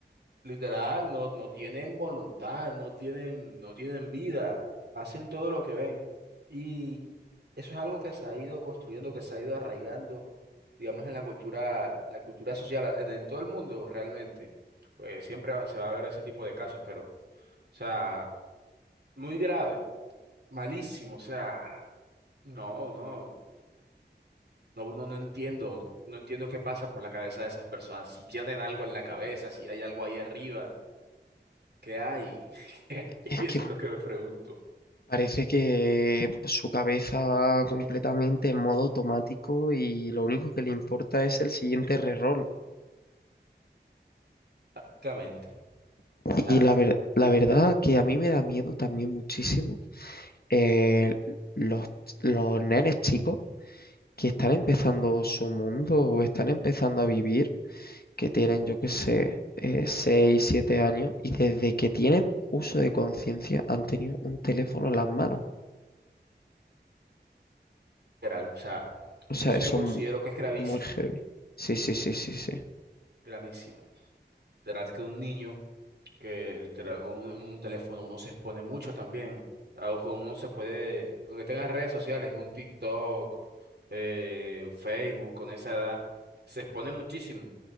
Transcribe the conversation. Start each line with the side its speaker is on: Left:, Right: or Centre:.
Right: Literal, no, no tienen voluntad, no tienen, no tienen vida, hacen todo lo que ven. Y eso es algo que se ha ido construyendo, que se ha ido arraigando, digamos, en la cultura, la cultura social, en, en todo el mundo realmente. Pues siempre va- se va a ver ese tipo de casos, pero, o sea, muy grave, malísimo, o sea, no, no, no, no, no entiendo, no entiendo qué pasa por la cabeza de esas personas, si tienen algo en la cabeza, si hay algo ahí arriba. ¿Qué hay? <laughs> ¿Qué hay?
Left: Es
Right: Y
Left: que
Right: eso es lo que me pregunto.
Left: parece que su cabeza va completamente en modo automático y lo único que le importa es el siguiente reroll.
Right: Exactamente. O sea,
Left: Y la ver- la verdad que a mí me da miedo también muchísimo eh, los, los nenes chicos que están empezando su mundo o están empezando a vivir, que tienen, yo qué sé, eh, 6 7 años y desde que tienen uso de conciencia han tenido un teléfono en las manos.
Right: literal, o sea,
Left: O sea,
Right: eso
Left: eso
Right: yo considero
Left: es
Right: que es gravísimo,
Left: muy heavy. Sí, sí, sí, sí, sí.
Right: gravísimo. Literal que un niño que literal con un, un teléfono uno se expone mucho también. o con uno se puede, con que tenga redes sociales, un TikTok, eh, Facebook, con esa edad, se expone muchísimo,